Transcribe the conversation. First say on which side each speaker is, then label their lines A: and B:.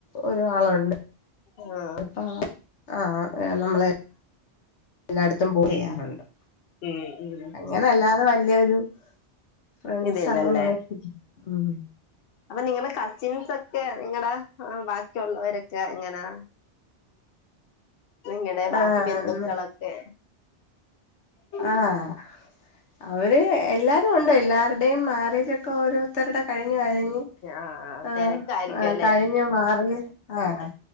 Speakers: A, on the left; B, on the left.
A: ഒരാളുണ്ട്
B: ആഹ്
A: അപ്പൊ ആഹ് ആഹ് നമ്മളെ എല്ലാട്ത്തും പോയ്‌ യാറുണ്ട്
B: ഉം ഉം
A: അങ്ങനെല്ലാതെ വല്യരു ഫ്രണ്ട്സ്
B: ഇതില്ലല്ലേ
A: അങ്ങനായ്റ്റ് ആഹ്
B: അപ്പൊ നിങ്ങളെ കസിൻസ് ഒക്കെ നിങ്ങടെ ബാക്കിയുള്ളോരൊക്കെ എങ്ങനാ. നിങ്ങടെ ബാക്കി
A: ആഹ്
B: ബന്ധുക്കളൊക്കെ
A: ആഹ് അവര് എല്ലാരുണ്ട് എല്ലാരുടെയും മാരേജക്കെ ഓരോ ത്തരുടെ കഴിഞ് കഴിഞ്ഞ്
B: ആഹ്
A: ആ
B: തിരക്കായിരിക്കും
A: കഴിഞ്ഞ് മാറി ആഹ്